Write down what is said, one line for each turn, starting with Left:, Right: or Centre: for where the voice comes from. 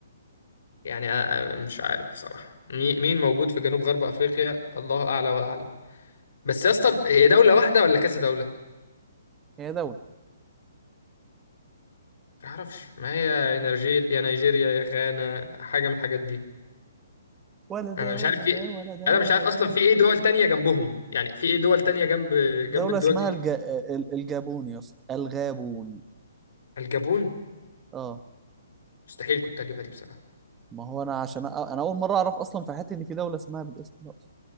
Left: يعني آه، آه، مش عارف بصراحة مي- مين موجود في جنوب غرب أفريقيا الله أعلى وأعلم بس يا اسطى هي دولة واحدة ولا كذا دولة؟
Right: هي دوله
Left: ما أعرفش ما هي يا نيجير يا نيجيريا يا غانا حاجة من الحاجات دي
Right: ولا ده
Left: أنا مش
Right: ولا
Left: عارف في
Right: ده ولا ده
Left: أنا
Right: ولا
Left: مش عارف
Right: ده.
Left: أصلا في إيه دول تانية جنبهم يعني في إيه دول تانية جنب
Right: دوله
Left: جنب الدول
Right: اسمها
Left: دي
Right: الج... ال- الجابون يا اسطى الغابون
Left: الجابون
Right: اه
Left: مستحيل كنت أجيبها دي بصراحة
Right: ما هو انا عشان أ... انا اول مره اعرف اصلا في حياتي ان في دوله اسمها بالاسم ده اصلا